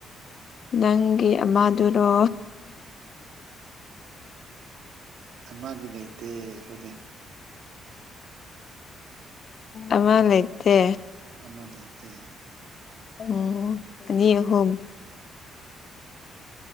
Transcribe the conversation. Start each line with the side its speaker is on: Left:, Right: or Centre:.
Left: ꯅꯪꯒꯤ ꯑꯃꯗꯨꯔꯣ
Right: ꯑꯃꯒꯤ ꯂꯩꯩꯇꯦ ꯑꯈꯣꯏꯗꯤ
Left: ꯑꯃ ꯂꯩꯇꯦ
Right: ꯑꯃ ꯂꯩꯇꯦ
Left: ꯑꯣ ꯑꯅꯤ ꯑꯍꯨꯝ